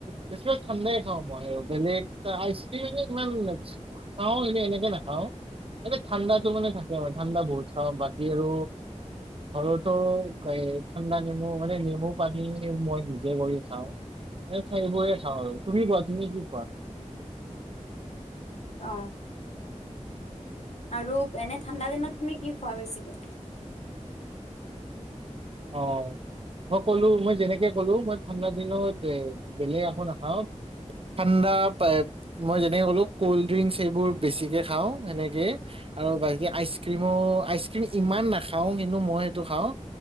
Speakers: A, on the right; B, on the left.
A: বেছিভাগ ঠাণ্ডাই খাওঁ মই আৰু বেলেগ আইচক্ৰীম এনে ইমান খাওঁ এনে এনেকে নাখাওঁ। এ ঠাণ্ডাটো মানে থাকে মানে। ঠাণ্ডা বহুত খাওঁ বাকী আৰু ঘৰতো এই ঠাণ্ডা নেমু মানে নেমু পানী মই নিজে কৰি খাওঁ। এইবোৰে খাওঁ আৰু তুমি কোৱা তুমি কি খোৱা?
B: অ আৰু এনে ঠাণ্ডা দিনত তুমি কি খোৱা বেছিকৈ।
A: অ মই ক'লো মই যেনেকে ক'লো মই ঠাণ্ডা দিনত বেলেগ আকৌ নাখাওঁ ঠাণ্ডা মই যেনেকে ক'লো কল্ড ড্ৰিংকচ সেইবোৰ বেছিকে খাওঁ সেনেকেই আৰু বাকী আইচক্ৰীমো আইচক্ৰীম ইমান নাখাওঁ কিন্তু মই সেইটো খাওঁ।